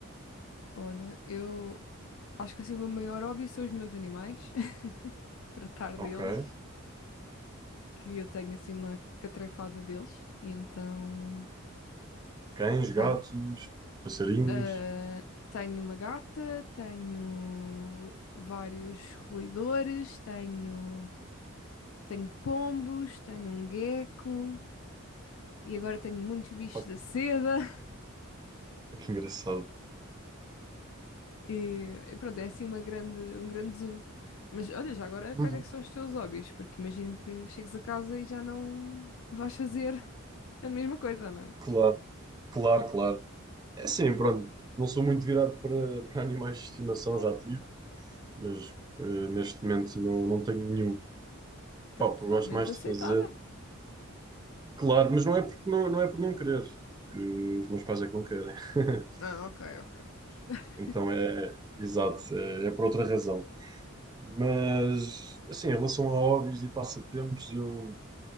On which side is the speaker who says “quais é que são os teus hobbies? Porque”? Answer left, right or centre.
Left